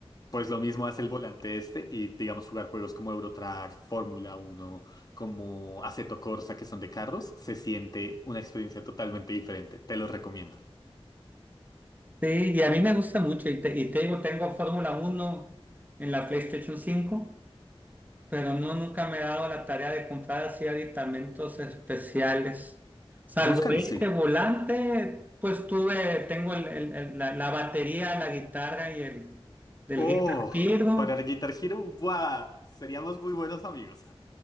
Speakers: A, on the left (about 40°); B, on the right (about 15°).
A: Pues lo mismo hace el volante este y digamos jugar juegos como Eurotrack, Fórmula Uno, como Assetto Corsa que son de carros, se siente una experiencia totalmente diferente. Te lo recomiendo.
B: Sí, y a mí me gusta mucho. Y te, y te digo, tengo Fórmula Uno en la PlayStation cinco. pero no nunca me he dado la tarea de comprar así aditamentos especiales. Salvo
A: Búscalo,
B: este
A: sí.
B: volante, pues tuve, tengo el- el- el- la, la batería, la guitarra y el del
A: Oh,
B: Guitar Hero.
A: para el Guitar Hero, ¡buah! Seríamos muy buenos amigos.